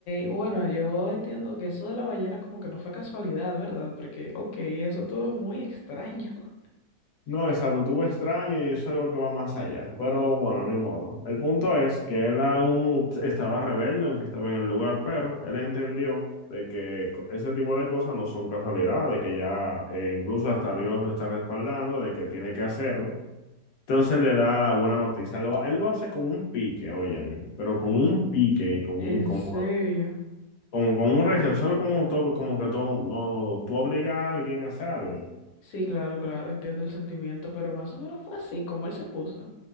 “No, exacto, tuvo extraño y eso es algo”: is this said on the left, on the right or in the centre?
Left